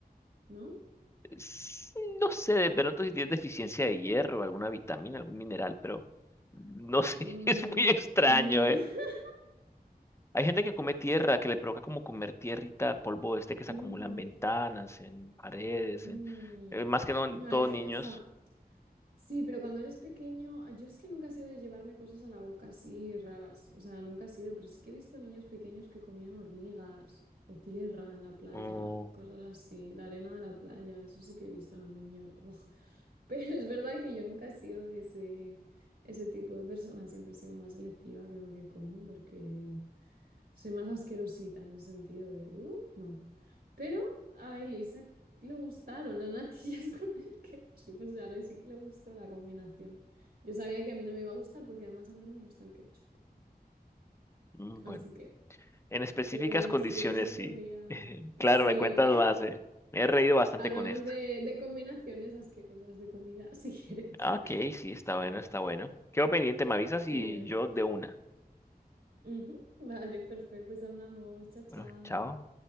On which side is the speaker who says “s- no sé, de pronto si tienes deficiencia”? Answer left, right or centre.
Left